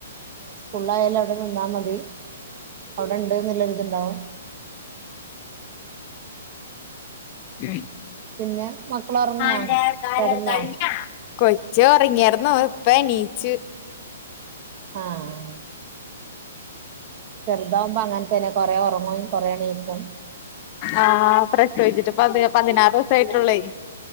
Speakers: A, on the right; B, on the left.
A: സ്കൂൾലായാലും അവടെ നിന്നാ മതി അവടെണ്ട് ന്ന്ള്ളൊര് ഇതിണ്ടാവും
B: <unintelligible>
A: പിന്നെ മക്കള് ഉറങ്ങിയാ
B: ന്റെ കാലം
A: കിടന്നോ
B: കഴിഞ്ഞ കൊച്ച് ഒർങ്ങ്യാറ്ന്നു ഇപ്പണീച്ച്
A: ആഹ് ചെറുതാവുമ്പ അങ്ങൻ തന്നെ കൊറേ ഒറങ്ങും കൊറെ ണീക്കും
B: ആഹ് പ്രസവിച്ച്ട്ട് പതി പതിനാറ് ദിവസായ്റ്റൊല്ലോയ്